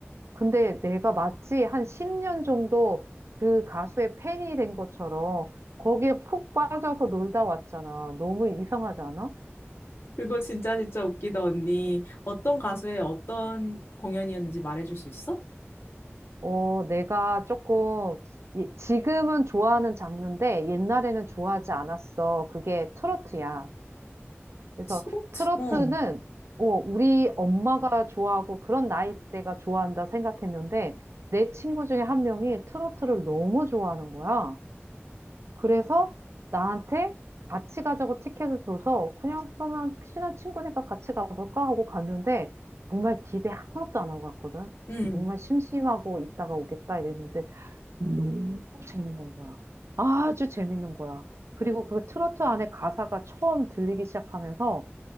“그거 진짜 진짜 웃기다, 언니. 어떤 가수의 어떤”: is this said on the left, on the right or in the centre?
Left